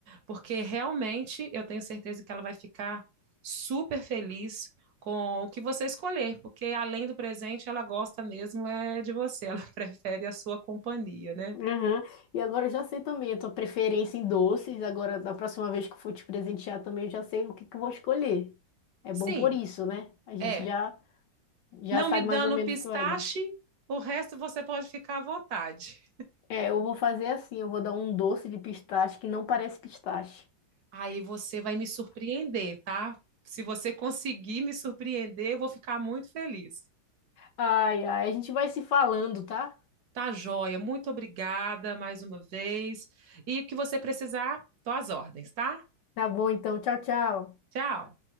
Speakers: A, on the right; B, on the left.
A: porque realmente eu tenho certeza que ela vai ficar super feliz com o que você escolher, porque além do presente, ela gosta mesmo é de você, ela <laughs> prefere a sua companhia, né?
B: Uhum. E agora eu já sei também a tua preferência em doces. Agora, da próxima vez que eu for te presentear também, eu já sei o que que eu vou escolher. É
A: Sim,
B: bom por isso, né? A gente
A: é.
B: já, já
A: Não
B: sabe
A: me dando
B: mais ou menos
A: pistache,
B: o que vai dar.
A: o resto você pode ficar à vontade.
B: É, é, eu vou fazer assim, eu vou dar um doce de pistache que não parece pistache.
A: Aí você vai me surpreender, tá? Se você conseguir me surpreender, eu vou ficar muito feliz.
B: Ai, ai, a gente vai se falando, tá?
A: Tá, joia? Muito obrigada mais uma vez. E o que você precisar, tô às ordens, tá?
B: Tá bom, então. Tchau, tchau.
A: Tchau.